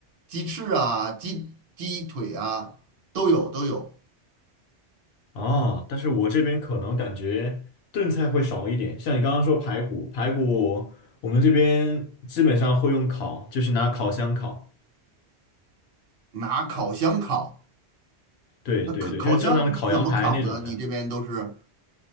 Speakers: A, on the right; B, on the left.
A: 鸡翅啊，鸡鸡腿啊，都有都有，
B: 啊，但是我这边可能感觉炖菜会少一点。像你刚刚说排骨，排骨我们这边基本上会用烤，就是拿烤箱烤。
A: 拿烤箱烤。
B: 对对对，
A: 那烤烤箱怎么烤呢？
B: 就是正常的烤羊排那种的。
A: 你这边都是？